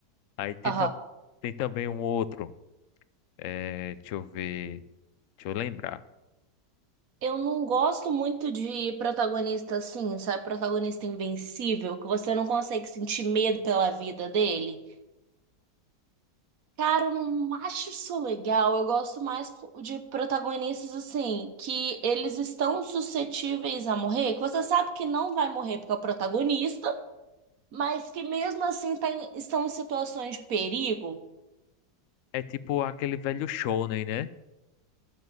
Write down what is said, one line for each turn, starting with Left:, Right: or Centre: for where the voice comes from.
Left: Aí tem,
Right: Aham.
Left: tam- tem também um outro, é, deixa eu ver, deixa eu lembrar.
Right: Eu não gosto muito de protagonista assim, sabe? Protagonista invencível, que você não consegue sentir medo pela vida dele. Cara, eu não acho isso legal. Eu gosto mais de protagonistas assim, que eles estão suscetíveis a morrer, que você sabe que não vai morrer porque é o protagonista, mas que mesmo assim tá em- estão em situações de perigo.
Left: É tipo aquele velho Shonen, né?